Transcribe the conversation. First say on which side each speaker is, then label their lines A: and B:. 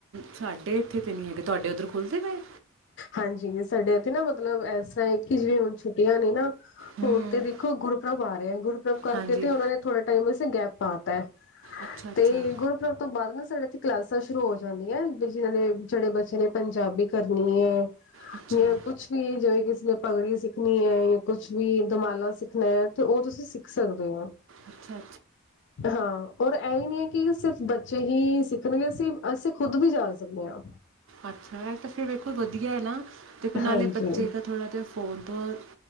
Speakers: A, on the right; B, on the left.
A: ਸਾਡੀ ਇੱਥੇ ਤਾਂ ਨਹੀਂ ਹੈਗੇ, ਤੁਹਾਡੇ ਉੱਧਰ ਖੁੱਲ੍ਹਦੇ ਪਏ।
B: ਹਾਂਜੀ, ਸਾਡੇ ਇੱਥੇ ਨਾ, ਮਤਲਬ ਐਸਾ ਹੈ ਕਿ ਜਿਵੇਂ ਹੁਣ ਛੁੱਟੀਆਂ ਨੇ ਨਾ
A: ਹੂੰ
B: ਹੁਣ
A: ਹੂੰ
B: ਤਾਂ ਦੇਖੋ, ਗੁਰਪੁਰਬ ਆ ਰਿਹਾ। ਗੁਰਪੁਰਬ ਕਰਕੇ
A: ਹਾਂਜੀ
B: ਤਾਂ ਉਨ੍ਹਾਂ ਨੇ ਥੋੜ੍ਹਾ ਟਾਈਮ ਵਸਤੇ ਗੈਪ ਪਾ ਤਾ ਹੈ।
A: ਅੱਛਾ ਅੱਛਾ
B: ਤੇ ਗੁਰਪੁਰਬ ਤੋਂ ਬਾਅਦ ਨਾ ਸਾਡੇ ਇਥੇ ਕਲਾਸਾਂ ਸ਼ੁਰੂ ਹੋ ਜਾਂਦੀਆਂ ਨੇ, ਜਿਨ੍ਹਾਂ ਬੱਚਿਆਂ ਨੇ ਪੰਜਾਬੀ ਕਰਨੀ ਏ।
A: ਅੱਛਾ
B: ਕੁੱਛ ਵੀ ਜਿਵੇ ਕਿਸ ਪਗੜੀ ਸਿੱਖਣੀ ਹੈ, ਯਾ ਕੁਛ ਵੀ ਦੁਮਾਲਾ ਸਿੱਖਣਾ ਹੈ, ਤੇ ਉਹ ਤੁਸੀਂ ਸਿੱਖ ਸਕਦੇ ਹੋ।
A: ਅੱਛਾ
B: ਹਾਂ ਰ ਇਹੀ ਨਹੀਂ ਹੈ ਕਿ ਕਿ ਸਿਰਫ਼ ਬੱਚੇ ਹੀ ਸਿੱਖਣਗੇ ਅਸੀਂ, ਅਸੀਂ ਖੁਦ ਵੀ ਜਾ ਸਕਦੇ ਹਾਂ।
A: ਅੱਛਾ, ਇਹ ਤਾਂ ਫਿਰ ਐਥੋਂ ਵਧੀਆ ਹੈ, ਨਾ। ਦੇਖੋ, ਨਾਲੇ
B: ਹਾਂਜੀ
A: ਬੱਚੇ ਦਾ ਥੋੜ੍ਹਾ ਤਾਂ